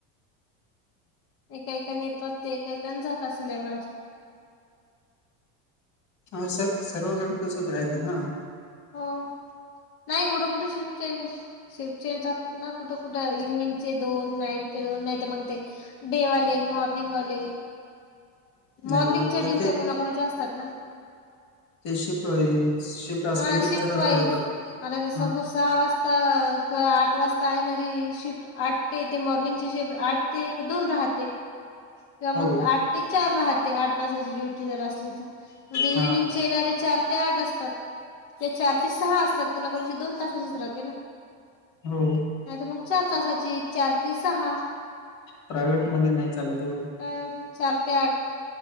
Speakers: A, on the left; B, on the left.
A: एका एकाने येतात ते एका एकाने जातात संध्याकाळी.
B: ह स सर्व जण तर तसेच राहेतना
A: हो नाही कुठे कुठे शिफ्ट चेंज शिफ्ट चेनज राहतात ना कुठं, कुठं इव्हनिंग चे दोन नाईट चे दोन नाही तर मग ते डे वाले, मॉर्निंग वाले
B: नाही
A: मॉर्निंगच्या
B: ते
A: डुट्या कोणाकणाच्या असतात ना.
B: ते शिफ्ट व शिफ्ट असले
A: हा
B: की
A: शिफ्ट
B: तरच
A: वाईज
B: रायतात आता
A: ते सपोज
B: ह
A: सहा वाजता किंवा आठ वाजता येणारी शिफ्ट आठ ते ते मॉर्निंग शिफ्ट आठ ते दोन राहते. किंवा मग
B: हो
A: आठ ते चार राहते आठ तासाची ड्युटी जर असली तर मग ते
B: हा
A: इव्हनिंग ते डायरेक्ट चार ते आठ असतात. त्या चार ते सहा असतात कुणाकोणाचे दोन तासाचीच राते ना...
B: हो
A: नाही तर मग चार तासाची चार ते सहा.
B: प्रायव्हेट मध्ये नाही चालत. एवढं
A: तर चार ते आठ